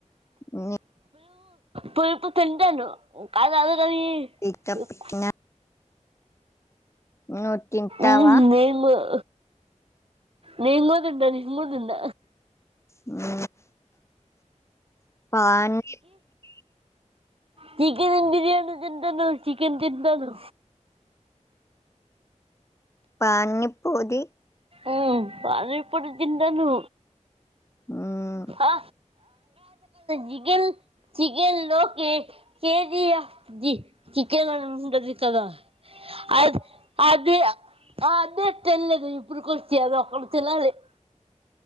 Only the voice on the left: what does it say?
ఆ
చింతపండు
నువ్వు తింటావా?
ఆ <inaudible>
పానిపురి
హ్మ్.